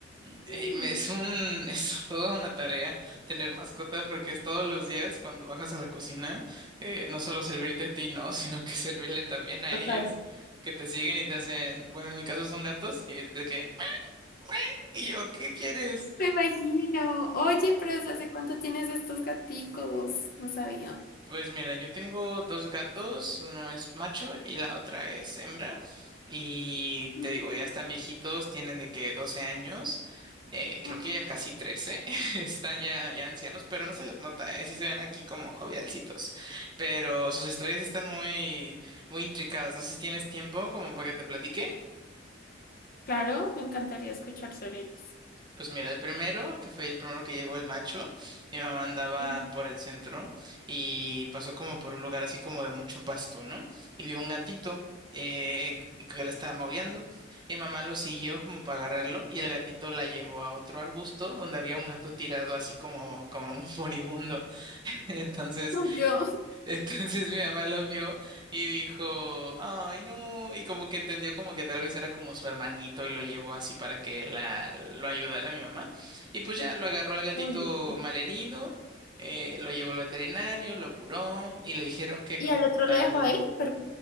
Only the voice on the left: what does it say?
Mm,
Total.
Me imagino. Oye, pero ¿desde hace cuánto tienes estos gaticos? No sabía.
Mm.
Oh,
claro, me encantaría escuchar sobre ellos.
Mm.
Ay, Dios.
Muy bien.
¿Y
al otro
lo dejo ahí? Per-